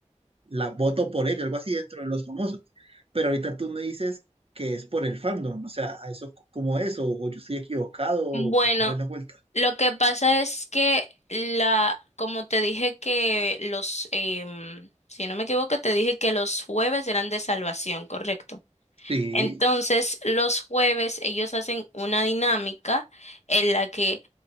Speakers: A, on the right; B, on the left.
A: la voto por ella, algo así dentro de los famosos. Pero ahorita tú me dices que es por el fandom, o sea, eso c- cómo es, o, o yo estoy equivocado, o,
B: Bueno.
A: o cómo es la vuelta.
B: Lo que pasa es que la, como te dije que los, em, si no me equivoco, te dije que los jueves eran de salvación, ¿correcto?
A: Sí,
B: Entonces, los jueves ellos hacen una dinámica en la que